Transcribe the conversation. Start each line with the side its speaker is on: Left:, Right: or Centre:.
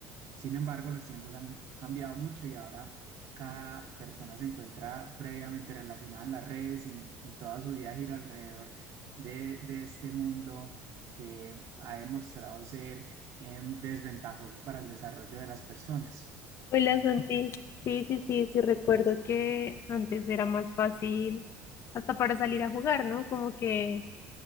Right: Sin embargo, los tiempos han cambiado mucho y ahora cada persona se encuentra previamente relacionada en las redes y, y toda su vida gira alrededor de, de este mundo que ha demostrado ser em, desventajoso para el desarrollo de las personas,
Left: Hola Santi, sí, sí, sí, sí recuerdo que antes era más fácil hasta para salir a jugar, ¿no? Como que